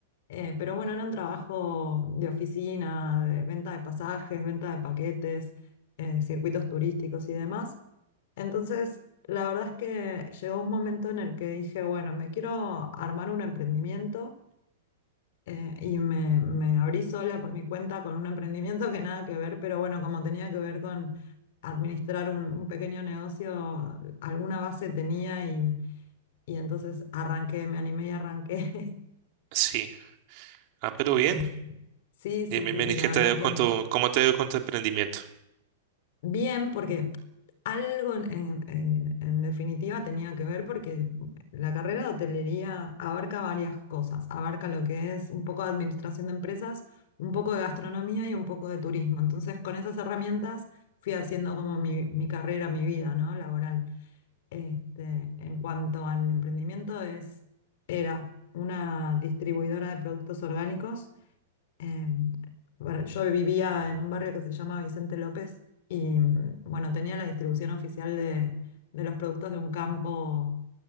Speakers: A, on the left (about 50°); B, on the right (about 40°).
A: Eh, pero bueno, era un trabajo de oficina, de venta de pasajes, venta de paquetes, eh, circuitos turísticos y demás. Entonces, la verdad es que llegó un momento en el que dije, bueno, me quiero armar un emprendimiento eh, y me, me abrí sola por mi cuenta con un emprendimiento que nada que ver, pero bueno, como tenía que ver con administrar un, un pequeño negocio, alguna base tenía y, y entonces arranqué, me animé y arranqué. <laughs>
B: Sí, ah, pero bien,
A: Eh, sí, sí,
B: Dime,
A: sí,
B: Manny, ¿qué
A: la
B: te
A: verdad
B: ha ido
A: que
B: con tu, cómo te ha ido con tu emprendimiento?
A: bien, porque algo en, en- en- en definitiva tenía que ver, porque la carrera de hotelería abarca varias cosas, abarca lo que es un poco de administración de empresas, un poco de gastronomía y un poco de turismo. Entonces, con esas herramientas fui haciendo como mi, mi carrera, mi vida, ¿no? Laboral. Este, en cuanto al emprendimiento, es, era una distribuidora de productos orgánicos en- bueno, yo vivía en un barrio que se llama Vicente López y mm, bueno, tenía la distribución oficial de, de los productos de un campo